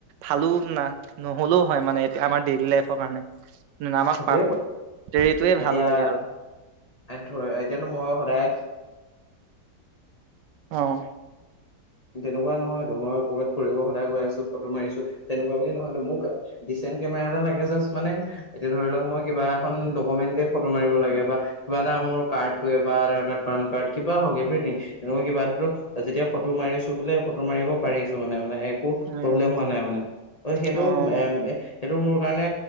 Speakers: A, on the right; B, on the left.
A: ভালো না নহ'লেও হয় মানে এতিয়া আমাৰ ডেইলি লাইফৰ কাৰণে আমাক
B: সেইটোৱে ক- এতিয়া
A: পাৰ্ফেক্টেৰিটোৱে ভাল লাগে
B: এই
A: আৰু।
B: ধৰ এতিয়াতো ময়ো সদায়
A: অ',
B: তেনেকুৱা নহয়তো মই ক'ৰবাত ফুৰিব সদায় গৈ আছোঁ ফটো মাৰিছো তেনেকুৱা বুলি নহয়তো মোক ডিচেন্ট কেমেৰা এটা লাগে জাষ্ট মানে এতিয়া ধৰি লওক মই কিবা এখন ডকুমেণ্টে ফটো মাৰিব লাগে বা কিবা এটা মোৰ কাৰ্ডটোৱে বা আধাৰ কাৰ্ড, পান কাৰ্ড, কিবা হওক এভৰিথিং তেনেকুৱা কিবা এটাতো যেতিয়া ফটো মাৰিছো বোলে ফটো মাৰিব পাৰিছো মানে - মানে এক একো
A: উম,
B: প্ৰব্লেম হোৱা নাই মানে ত' সেইটো
A: অ',
B: - সেইটো মোৰ কাৰণে